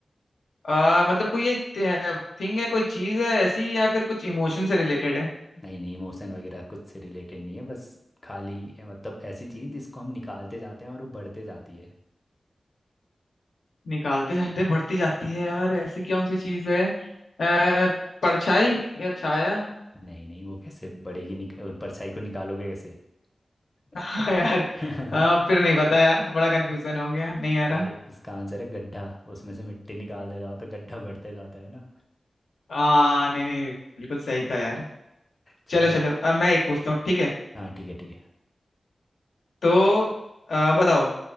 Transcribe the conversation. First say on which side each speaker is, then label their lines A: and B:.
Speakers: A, on the left; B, on the left.
A: आ, मतलब कोई ये थिंग है कोई चीज है ऐसी या फिर कुछ इमोशन से रिलेटेड है
B: नहीं नहीं इमोशन वगैरह कुछ से रिलेटेड नहीं है बस खाली अ, मतलब ऐसी चीज़ जिसको हम निकालते जाते हैं और वो बढ़ते जाती है
A: निकालते जाते बढ़ती जाती है यार ऐसी कौन सी चीज है आ, परछाई या छाया
B: नहीं नहीं वो कैसे बढ़ेगी निक... अ, परछाई को निकालोगे कैसे <laughs>
A: <laughs> हाँ यार आ, फिर नहीं पता यार बड़ा कंफ्यूजन हो गया नहीं आ
B: ये
A: रहा
B: इसका आंसर है गड्ढा उसमें से मिट्टी निकालते जाओ तो गड्ढा बढ़ते जाता है ना
A: आ, नहीं नहीं बिल्कुल सही था यार
B: चलो
A: चलो चलो अब मैं एक पूछता हूँ ठीक है
B: हाँ ठीक है ठीक है
A: तो आ, बताओ